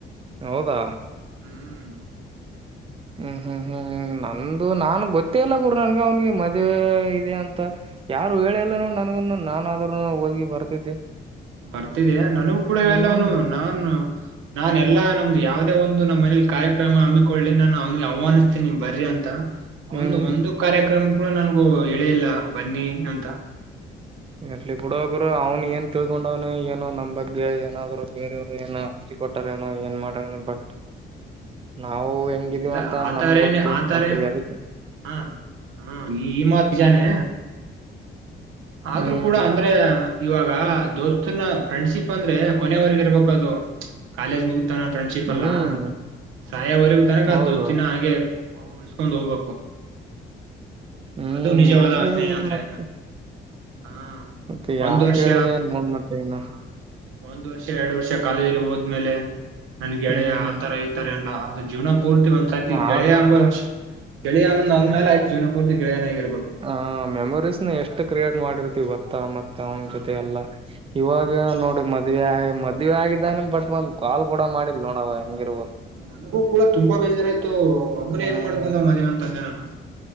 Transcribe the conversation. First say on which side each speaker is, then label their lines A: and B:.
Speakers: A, on the right (about 30°); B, on the right (about 85°).
A: ಹೌದಾ
B: ಹ್ಮ್
A: ಹೂ ಹೂ ಹೂ ನಂದು ನಾನ್ ಗೊತ್ತೇ ಇಲ್ಲ ಗುಡ ನನ್ಗ ಅವ್ನ್ಿಗೆ ಮದ್ವೆ ಇದೆ ಅಂತ ಯಾರು ಹೇಳೆ ಎಲ್ಲ ನೋ ನನ್ಗನು ನಾನಾದ್ರೂನು ಹೋಗಿ ಬರ್ತಿದ್ದೆ
B: ಬರ್ತಿದೆಯ ನನಗೂ ಕೂಡ ಹೇಳೆಲ್ಲನು
A: ಹ್ಮ್
B: ನಾಾನು ನಾನ ಎಲ್ಲಾ ನಮ್ದು ಯಾವದೇ ಒಂದು ನಮ್ಮ್ ಮನಲಿ ಕಾರ್ಯಕ್ರಮ ಹಮ್ಮಿಕೊಳ್ಳಿ ನಾನು ಅವ್ನಿಗೆ ಆಹ್ಾನಿಸ್ತೀನಿ್ ಬರ್ರಿ ಅಂತ ಅವಂದು
A: ಹ್ಮ್
B: ಒಂದು ಕಾರ್ಯಕ್ರಮ ಕೂಡ ನಂಗು ಹೇಳಿಲ್ಲ ಬನ್ನಿ ಅಂತ
A: ಇರ್ಲಿ ಬಿಡು ಗುರು ಅವ್ನು ಏನ್ ತಿಳ್ಕೊಂಡವ್ನು ಏನು ನಮ್ ಬಗ್ಗೆ ಏನಾದ್ರು ಬೇರೆಯವರು ಏನ ಅಚ್ಚಿ ಕೊಟ್ಟಾರೇಏನೋ ಏನ್ ಮಾಡೋನಾ ಬಟ್ ನಾವು ಹೆಂಗಿದೀವ
B: ಇಲ್ಲ
A: ಅಂತ
B: ಆತರ
A: ನಮ್ ಗೊತ್ತು
B: ಏನೆ ಆತರ
A: ಬಟ್
B: ಏನ್
A: ಯಧುಕೇ
B: ಹಾ ಹ ಈ ಈ ಮಾತ್ ನಿಜಾನೆ ಆದ್ರರು
A: ಹ್ಮ್
B: ಕೂಡ ಅಂದ್ರೆ ಇವಾಗ ದೋಸ್ತನ ಫ್ರೆಂಡ್ಶಿಪ್ ಅಂದ್ರೆ ಕೊನೆವರೆಗ ಇರ್ಬೇಕ ಅದು ಕಾಲೇಜ್ ಮುಗತಾನ ಫ್ರೆಂಡ್ ಚಿಪಲ್ಲಾ
A: ಹ್ಮ್
B: ಸಾಯವರೆಗ ತನಕ
A: ಹೌದು
B: ದೋಸ್ತಿನಾ ಅಂಗೇ ಉಳ್ಸ್ಕೊಂಡ್ ಹೋಗ್ಬೇಕು
A: ಹ್ಮ್
B: ಅದು ನಿಜವಾದ
A: ಹಂಗೆ
B: ಸ್ನೇಹ
A: ಬಿಡು
B: ಅಂದ್ರೆ
A: ಮತ್ತೆ
B: ಹಾ
A: ಮತ್ತೆ
B: ಒಂದು
A: ಯಾಕೆ
B: ವರ್ಷ
A: ಹೇಳಿಲ್ಲ ಏನ್ ನೋಡ್ ಮತ್ತೆ ಇನ್ನು
B: ಹ ಒಂದ್ ವರ್ಷ ಎರಡು ವರ್ಷ ಕಾಲೇಜಲಿ ಹೋದ್ಮೇಲೆ ನನ್ ಗೆಳೆಯ
A: ಹ್ಮ್
B: ಆತರ ಇತಾರೆ ಅಲ್ಲ ಜೀವನ ಪೂರ್ತಿ ಒಂದ್ಸತಿ
A: ಹಾ
B: ಗೆಳೆಯ ಅಂಬ ಗೆಳೆಯಂದ್ೇ ಆ್ತು ಜೀವನ ಪೂರ್ತಿ ಗೆಳೆಯನೇ ಆಗಿರ್ಬೇಕು
A: ಹ ಮೆಮೊರೀಸ್ನ ಎಷ್ಟು ಕ್ರಿಯೇಟ್ ಮಾಡಿರ್ತಿವಿ ಗೊತ್ತಾ ಮತ್ತೆ ಅವ್ನ್
B: ಹಾ
A: ಜೊತೆ
B: ಮತ್ತೆ
A: ಎಲ್ಲಾ ಇವಾಗ ನೋಡರಿ ಮದ್ವೆ ಆ ಮದ್ವೆ ಆಗಿದ್ದಾನ ಬಟ್ ಒಂದ್ ಕಾಲ್ ಕೂಡ ಮಾಡಿಲ್ ನೋಡ ಅವಾ ಹೆಂಗಿರ್ಬೋದು
B: ನನ್ಗೂ ಕೂಡ ತುಂಬಾ ಬೇಜಾರಾಯ್ತು ಒಬ್ಬನೇ
A: ಹ್ಮ
B: ಏನ್ ಮಾಡ್ಕೊಂಡ ಮದುವೆ ಅಂತಂದೆ ನಾನು